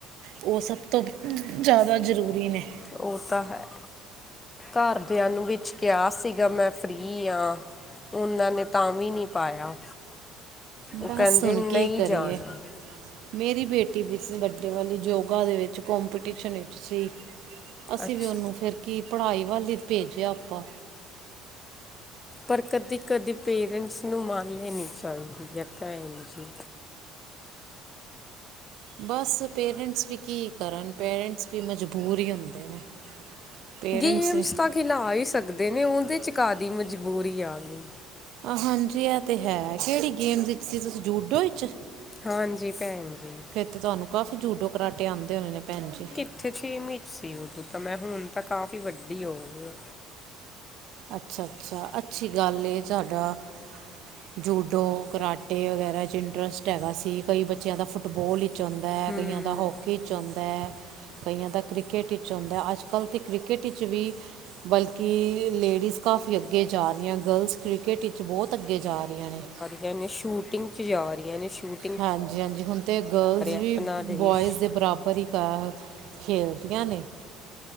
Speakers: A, on the right; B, on the left.
A: ਉਹ ਸਭ ਤੋਂ ਜ਼ਿਆਦਾ ਜ਼ਰੂਰੀ ਨੇ।
B: ਉਹ ਤਾਂ ਹੈ। ਘਰਦਿਆਂ ਨੂੰ ਵਿੱਚ ਕਿਹਾ ਸੀਗਾ ਮੈਂ ਫ੍ਰਰੀ ਆ ਉਹਨਾਂ ਨੇ ਤਾਂ ਵੀ ਨੀ ਪਾਇਆ। ਉਹ
A: ਬਸ
B: ਕਹਿੰਦੇ
A: ਹੁਨ
B: ਨਹੀਂ
A: ਕੀ ਕਰੀਏ।
B: ਜਾਣਾ
A: ਮੇਰੀ ਬੇਟੀ ਵਿੱਚ ਵੱਡੇ ਵਾਲੇ ਯੋਗਾ ਦੇ ਵਿੱਚ ਕੋਂਪੀਟੀਸ਼ਨ ਵਿੱਚ। ਜੀ ਅਸੀਂ
B: ਅੱਛਾ
A: ਵੀ ਉਹਨੂੰ ਫੇਰ ਕੀ ਪੜ੍ਹਾਈ ਵੱਲ ਵੀ ਭੇਜਿਆ ਆਪਾਂ।
B: ਪਰ ਕਦੀ ਕਦੀ ਪੇਰੈਂਟਸ ਨੂੰ ਮੰਨ ਲੈਣੀ ਚਾਹੀਦੀ ਹੈ ਭੈਣ ਜੀ।
A: ਬਸ ਪੇਰੈਂਟਸ ਵੀ ਕੀ ਕਰਨ ਪੇਰੈਂਟਸ ਵੀ ਮਜਬੂਰ ਈ ਹੁੰਦੇ ਨੇ। ਪੇਰੈਂਟਸ
B: ਗੇਮਸ ਤਾਂ ਖਿਲਾ ਈ ਸਕਦੇ ਨੇ ਉਹਦੇ 'ਚ ਕਾਹਦੀ ਮਜ਼ਬੂਰੀ ਆ ਗਈ।
A: ਆ ਹਾਂਜੀ ਇਹ ਤੇ ਹੈ ਕਿਹੜੀ ਗੇਮ ਵਿਚ ਸੀ ਤੁਸੀਂ ਜੂਡੋ ਵਿਚ।
B: ਹਾਂਜੀ ਭੈਣ ਜੀ।
A: ਤੇ ਤੁਹਾਨੂੰ ਕਾਫੀ ਜੂਡੋ ਕਰਾਟੇ ਆਉਂਦੇ ਹੋਣੇ ਨੇ ਭੈਣ ਜੀ।
B: ਉੱਥੇ ਛੇ ਚ ਸੀ ਉਦੋਂ ਤਾਂ ਮੈਂ ਹੁਣ ਤਾਂ ਕਾਫ਼ੀ ਵੱਡੀ ਹੋ ਗਈ ਆ।
A: ਅੱਛਾ ਅੱਛਾ ਅੱਛੀ ਗੱਲ ਹੈ ਸਾਡਾ ਜੂਡੋ ਕਰਾਟੇ ਵਗੈਰਾ 'ਚ ਇੰਟਰਸਟ ਹੈਗਾ ਸੀ। ਕਈ ਬੱਚਿਆਂ ਦਾ ਫੁੱਟਬੋਲ ਵਿੱਚ ਹੁੰਦਾ ਹੈ
B: ਹਮ
A: ਕਈਆਂ ਦਾ ਹੋਕੀ ਹੋਕੀ ਚ ਆਉਦਾ ਕਈਆਂ ਦਾ ਕ੍ਰਿਕਟ ਚ ਆਉਦਾ ਹੈ ਅਜ ਕੱਲ੍ਹ ਤਾਂ ਕ੍ਰਿਕਟ ਚ ਵੀ ਬਲਕਿ ਲੇਡੀਜ਼ ਕਾਫੀ ਅੱਗੇ ਜਾ ਰਹੀਆ ਗਰਲਸ। ਕ੍ਰਿਕਟ ਵਿੱਚ ਬਹੁਤ ਅੱਗੇ ਜਾ ਰਹੀਆਂ ਨੇ।
B: ਕਹਿਨੇ ਸ਼ੂਟਿੰਗ ' ਜਾ ਰਹੀਆਂ ਨੇ ਸ਼ੂਟ
A: ਹਾਂਜੀ ਹਾਂਜੀ ਹੁਣ ਤੇ ਗਰਲਜ਼ ਵੀ
B: ਆਪਣਾ ਦੇਸ਼
A: ਬੋਆਇਜ਼ ਦੇ ਬਰਾਬਰ ਹੀ <unintelligible> ਖੇਲਦੀਆਂ ਨੇ।